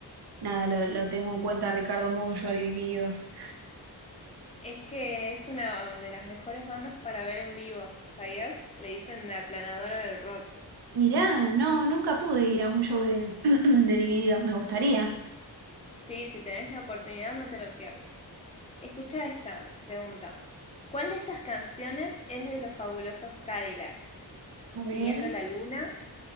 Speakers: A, on the right; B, on the left.
A: nada, lo, lo tengo en cuenta Ricardo Mollo, a Divididos.
B: Es que es una de las mejores bandas para ver en vivo, ¿sabías? Le dicen la planadora del rock.
A: Mirá, no, nunca pude ir a un show de, <clears throat> de Divididos, me gustaría.
B: Sí, si tenés la oportunidad no te lo pierdas. Escucha esta pregunta. ¿Cuál de estas canciones es de los fabulosos Cadillacs?
A: A
B: Siguiendo
A: ver.
B: la luna,